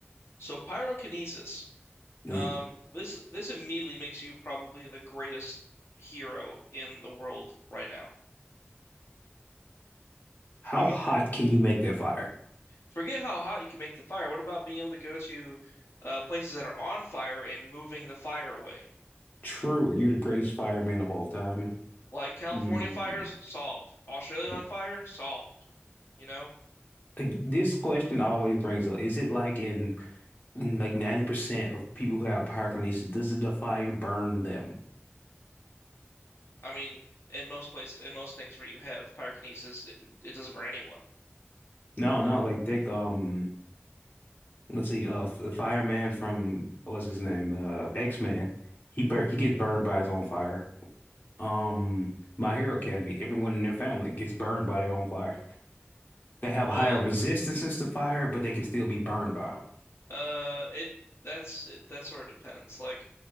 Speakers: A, on the left; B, on the left.
A: So pyrokinesis.
B: Mm.
A: Um, this this immediately makes you probably the greatest hero in the world right now.
B: How
A: You can
B: hot can you make that fire?
A: forget how hot you can make the fire. What about being able to go to uh, places that are on fire and moving the fire away?
B: True, you're the greatest fireman of all time.
A: Like California
B: Mm.
A: fires, solved. Australia
B: Yeah.
A: on fire, solved. You know,
B: Like, This question always brings up, is it like in And, Like 90% of people who have pyrokinesis, does the fire burn them?
A: I mean, in most places, in most things where you have pyrokinesis, it, it doesn't burn anyone.
B: No, no, like think um let's see, uh the fireman from what's his name? Uh X-Man. He bur he gets burned by his own fire. Um My Hero Academy, everyone in their family gets burned by their own fire. They have
A: Well,
B: higher resistances to fire, but they can still be burned by them.
A: uh, it that's it, that sort of depends. Like,